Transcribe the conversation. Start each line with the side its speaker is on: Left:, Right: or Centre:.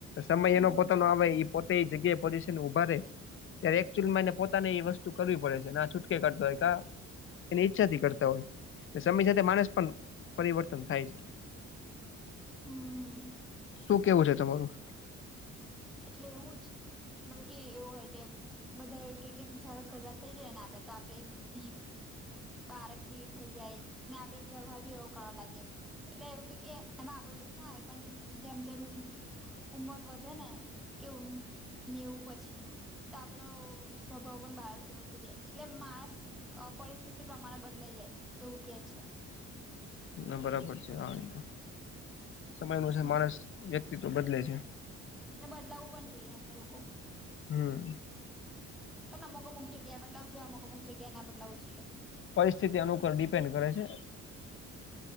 Left: સમય
Centre: હમ
Left: એનો પોતાનો આવે એ પોતે એ જગ્યાએ પોઝિશન ઉભા રેય ત્યારે એકચુઅલી મને પોતાને એ વસ્તુ કરવી પડે છે ના છૂટકે કરતો હોય કા એની ઈચ્છાથી કરતા હોય સમય સાથે માણસ પણ પરિવર્તન થાય છે.
Centre: હમ
Left: શું કેવું છે તમારું
Centre: એટલે એવું જ બકી એવું હોય કે બધા એવું કે જાર ઘરડા થઇ જાય ને આપડે તો આપડે એ બુદ્ધિ બાળક જેવી થઇ જાય ને આપડે વ્યવહાર ભી એવો કરવા લાગે એટલે એવું કે કે એમાં આપડ ડું ના આવે પણ જેમ જેમ ઉમર વધે ને કેવું નેવું પછી તપ સ્વભગવન બાળ ચૌ થ જાય એટલે માનસ અ પરિસ્થિતિ પ્રમાણે બદલાઈ જાય એવું કે છે.
Left: ના બરાબર છે હ તો સમય અનુસાર
Centre: બસ બીજું
Left: માણસ વ્યક્તિત્વ બદલે છે.
Centre: બદલાવવું પણ જોઈએ હું તો એવું કવ
Left: હમ્મ
Centre: પણ અમકો મૂક જગ્યા બદલાવવી જોઈએ અમક અમૂક જગ્યા ના બદલાું જોઈએ
Left: પરિસ્થિતિ અનુકર ડિપેન્ડ કરે છે.